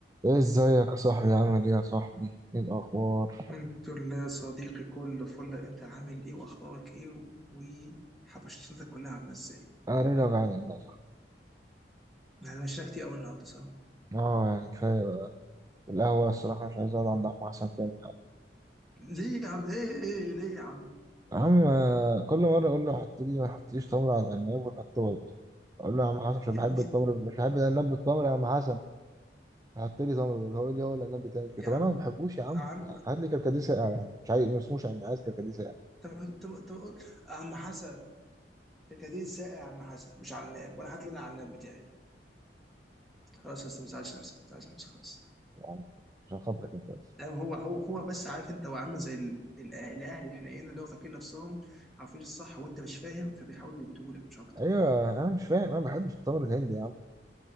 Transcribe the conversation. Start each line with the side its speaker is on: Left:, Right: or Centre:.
Right: ايه ازيك يا صاحبي عامل ايه يا صاحبي ايه الاخبار
Centre: الحمد لله صديقي كل فل انت عامل ايه واخبارك ايه وحبشتك كلها عامله ازاي
Right: انا ليه وجعان والله يا صاحبي
Centre: احنا مشينا كتير قوي النهارده صح <laughs>
Right: اه يعني كفايه بقى والقهوه الصراحه مش عايز اقعد عند عم حسن تاني يا عم
Centre: ليه يا عم ايه ايه إيه، ليه يا عم
Right: يا عم آه، كل مره اقول له حط لي ما يحطليش تمر على العناب ويحط برضه اقول له يا عم حسن مش بحب
Centre: يا ابني
Right: التمر مش بحب العناب بالتمر يا عم حسن حط لي تمر برضه هو يقول لي هو العناب بتعمل كده
Centre: يا
Right: طب
Centre: عم
Right: انا ما بحبوش يا عم
Centre: عم
Right: يعني هات لي كركديه ساقع يعني مش عايز ما اسموش يعني عايز كركديه ساقع
Centre: طب طب طب قول. عم حسن كركديه ساقع يا عم حسن مش عناب وانا هات لي انا عناب بتاعي خلاص يا أستاذ، ما تزعلش نفسك ما تزعلش نفسك خلاص
Right: يا عم عشان خاطرك انت بس
Centre: يعني هو هو هو بس عارف انت هو عامل زي ال- الأه- الاهل الحنينه اللي هو فاكرين نفسهم عارفين الصح وانت مش فاهم فبيحاولوا يديهولك مش اكتر
Right: ايوه انا مش فاهم انا ما بحبش التمر الهندي يا عم